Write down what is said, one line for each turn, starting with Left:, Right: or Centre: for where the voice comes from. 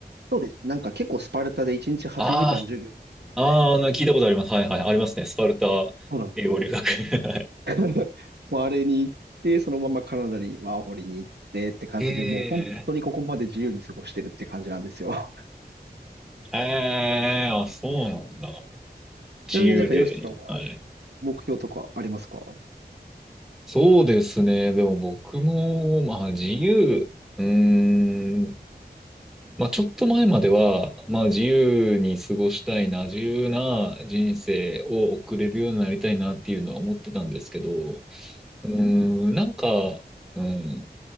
Right: そうです。なんか結構スパルタで1日8時間授業があってみたいな。
Centre: ああ、ああ、な聞いたことあります。はいはい、ありますね。スパルタ
Right: そうなんですよ。
Centre: 英語留学。<laughs> はい
Right: <laughs> もうあれに行って、そのままカナダにワーホリに行ってって感じで、
Centre: へえ、
Right: もう本当にここまで自由に過ごしてるって感じなんですよ。
Centre: <laughs> へえ、あ、そうなんだ。
Right: <laughs> ちなみになんかヨシさんは
Centre: 自由で。はい。
Right: 目標とかありますか
Centre: そうですね。でも僕も、まあ自由。うーん。まあ、ちょっと前までは、まあ、自由に過ごしたいな、自由な人生を送れるようになりたいなっていうのは思ってたんですけど、うーん、なんか、うん、